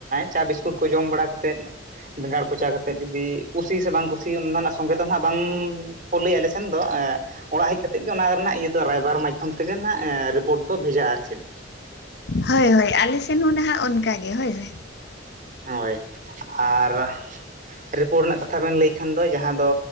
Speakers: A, on the right; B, on the left.
A: ᱪᱟ ᱵᱤᱥᱠᱩᱴ ᱠᱚ ᱡᱚᱢ ᱵᱟᱲᱟ ᱠᱟᱛᱮᱫ᱾ ᱵᱮᱸᱜᱟᱲ ᱠᱚᱪᱟ ᱠᱟᱛᱮᱫ ᱡᱩᱫᱤ ᱠᱩᱥᱤ ᱥᱮ ᱵᱟᱝ ᱠᱩᱥᱤ ᱚᱱᱟ ᱫᱚᱱᱟᱜ ᱥᱚᱸᱜᱮ ᱫᱚ ᱱᱟᱦᱟᱜ ᱵᱟᱝ ᱠᱚ ᱞᱟᱹᱭ ᱟᱞᱮ ᱥᱮᱱ ᱫᱚ ᱮᱸ ᱚᱲᱟᱜ ᱦᱮᱡ ᱠᱟᱛᱮᱫ ᱜᱮ ᱚᱱᱟ ᱨᱮᱱᱟᱜ ᱤᱭᱟᱹ ᱫᱚ ᱨᱟᱭᱵᱟᱨ ᱢᱟᱫᱽᱫᱷᱚᱢ ᱛᱮᱜᱮ ᱱᱟᱦᱟᱜ ᱨᱤᱯᱳᱴ ᱫᱚ ᱵᱷᱮᱡᱟᱜᱼᱟ ᱟᱨ ᱪᱮᱫ
B: ᱦᱳᱭ, ᱦᱳᱭ ᱟᱞᱮ ᱥᱮᱱ ᱦᱚᱸ ᱱᱟᱦᱟᱜ ᱚᱱᱠᱟ ᱜᱮ ᱦᱳᱭ ᱦᱳᱭ᱾
A: ᱦᱳᱭ, ᱟᱨ ᱨᱤᱯᱳᱨᱴ ᱨᱮᱱᱟᱜ ᱠᱟᱛᱷᱟ ᱵᱮᱱ ᱞᱟᱹᱭ ᱠᱷᱟᱱ ᱫᱚ ᱡᱟᱦᱟᱸ ᱫᱚ